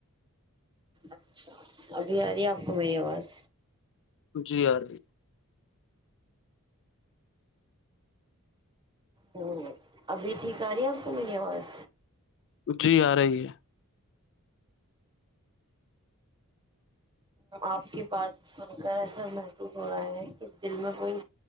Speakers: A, on the right; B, on the left.
A: اچھا ابھی آ رہی ہے آپ کو میری آواز
B: جی، آ رہی ہے۔
A: ہ ابھی ٹھیک آ رہی ہے آپ کو میری آواز
B: جی آ رہی ہے
A: آپ کی بات سن کر ایسا محسوس ہو رہا ہے کہ دل میں کوئی